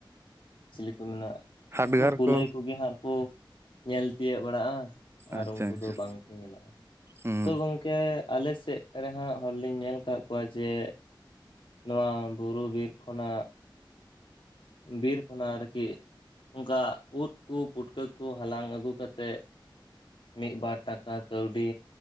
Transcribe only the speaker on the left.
ᱪᱤᱞᱤ ᱠᱚ ᱢᱮᱱᱟᱜᱼᱟ
ᱩᱱᱠᱩ ᱠᱩᱞᱟᱹᱭ
ᱠᱚᱜᱮ ᱦᱟᱸᱜ ᱠᱩ ᱧᱮᱞ ᱛᱤᱭᱳᱜ ᱵᱟᱲᱟᱜᱼᱟ ᱾ ᱟᱨ
ᱩᱱᱠᱩ
ᱫᱚ ᱵᱟᱝᱠᱚ ᱧᱮᱞᱚᱜᱼᱟ
ᱛᱚ ᱜᱚᱝᱠᱮ ᱜᱚᱢᱠᱮ ᱟᱞᱮᱥᱮᱫ ᱨᱮᱦᱟᱸ ᱦᱚᱲᱞᱤᱧ ᱧᱮᱞ ᱟᱠᱟᱫ ᱠᱚᱣᱟ ᱡᱮ ᱱᱚᱣᱟ ᱵᱩᱨᱩ ᱵᱤᱨ ᱠᱷᱚᱱᱟᱜ ᱵᱤᱨ ᱠᱷᱚᱱᱟᱜ ᱟᱨᱠᱤ ᱚᱱᱠᱟ ᱩᱫ ᱠᱚ ᱯᱩᱴᱠᱟᱹ ᱠᱚ ᱦᱟᱞᱟᱝ ᱟᱹᱜᱩ ᱠᱟᱛᱮᱫ ᱢᱤᱫ ᱵᱟᱨ ᱴᱟᱠᱟ ᱠᱟᱹᱣᱰᱤ